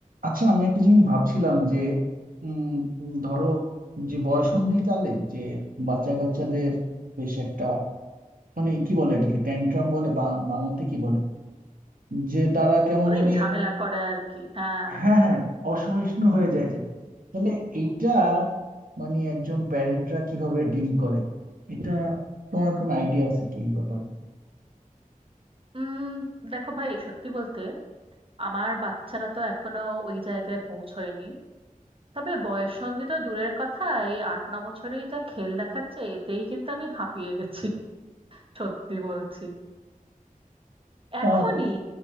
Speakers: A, on the right (about 75°); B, on the right (about 40°).
A: আচ্ছা আমি একটা জিনিস ভাবছিলাম যে উম উম, ধরো যে বয়সন্ধিকালে যে বাচ্চা কাচ্চাদের বেশ একটা মানে কি বলে এটাকে ট্যান্ট্রাম বলে বা বাংলাতে কি বলে যে তারা কেমন
B: ওই
A: জানি
B: ঝামেলা করে আর কি হ্যাঁ
A: হ্যাঁ হ্যাঁ অসহিষ্ণু হয়ে যায় যে তাহলে এইটা মানে একজন প্যারেন্টরা কিভাবে ডিল করে এটা তোমার কোনো আইডিয়া আছে কি এই ব্যাপারে
B: উম দেখো ভাই সত্যি বলতে আমার বাচ্চারা তো এখনো ওই জায়গায় পৌঁছয়নি তবে বয়ঃসন্ধি তো দূরের কথা এই আট ন বছরেই যা খেল দেখাচ্ছে এতেই কিন্তু আমি হাঁপিয়ে গেছি সত্যি বলছি এখনই
A: আহ